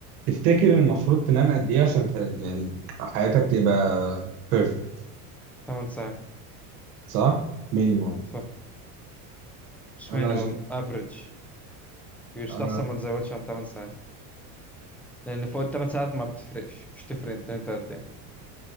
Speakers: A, on the right (about 85°); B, in the centre.
A: تفتكر المفروض تنام قد ايه عشان ت... يعني حياتك تبقى بيرفكت
B: 8 ساعات
A: صح مينيمم
B: صح مش
A: انا
B: مينيمم
A: ش...
B: افريج يستحسن
A: انا
B: ما تزودش عن 8 ساعات لان فوق ال 8 ساعات ما بتفرقش مش تفرق انت نمت قد ايه